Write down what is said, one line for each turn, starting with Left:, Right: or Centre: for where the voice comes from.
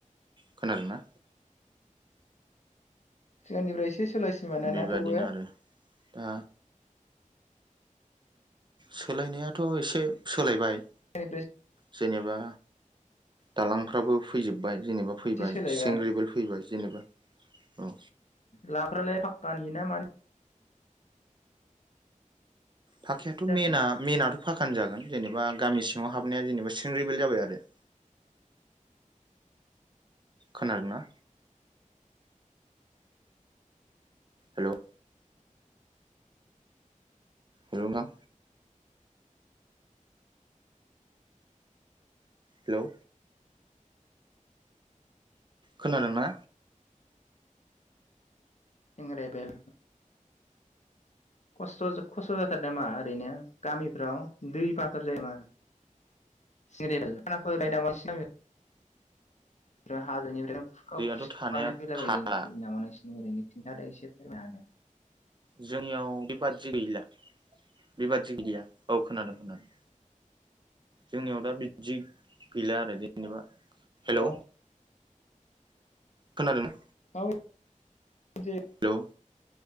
Right: खोनादों ना
Left: जोंनिफ्राया एसे सोलायसिनोबानाना
Right: बेबादिनो
Left: थेवबो
Right: आरो दा सोलायनायाथ' एसे सोलायबाय
Left: फ्राय
Right: जेनेबा दालांफ्राबो फैजोब जा फैबाय
Left: एसे सोलायबाय
Right: सेंग्रेबेल फैबाय जेनेबा औ
Left: लामाफ्रालाय फाक्कानि ना मानि
Right: पाखायाथ'
Left: जाखो
Right: मेन मेनाथ' फाखानो जागोन जेनेबा गामि सिंङाव हाबनाया जेनेबा सिं ग्रेबेल जाबाय आरो खोनादों ना हेल' हेल नोंथां हेलौ खोनादों ना?
Left: सें ग्रेबेल खस्थ' जोंब खस्थ' जाथारो नामा ओरैनो गामिफ्राव दै बाना फोर जायो नामा आरो सिं गेबेल खानाफोरोलायनाय नोसिना गामिआ हाजोनिफ्राय खुरखाव
Right: दैयाथ'
Left: खुरसि
Right: थानाया
Left: माने फैला
Right: थाला
Left: बायो नामानायसो। ओरैनो खिन्थादो एसे फोरमायना होदो।
Right: जोंनियाव बेबादि गैला। बेबादि गैया औ खोनादों खोनादों। जोंनियाव दा बिदि गैला आरो। जेनेबा हेल'
Left: औ खोनादों हेलौ
Right: खोनादों ना?
Left: माबायदि जायो
Right: हेल'